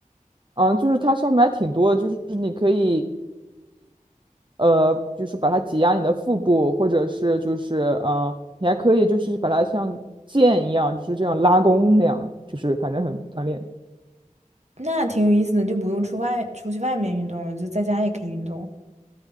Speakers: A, on the right; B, on the right.
A: 嗯，就是它上面还挺多的，就是你可以，呃，就是把它挤压你的腹部，或者是就是呃，你还可以就是把它像剑一样，就是这样拉弓那样，就是反正很锻炼。
B: 那挺有意思的，就不用出外出去外面运动了，就在家也可以运动。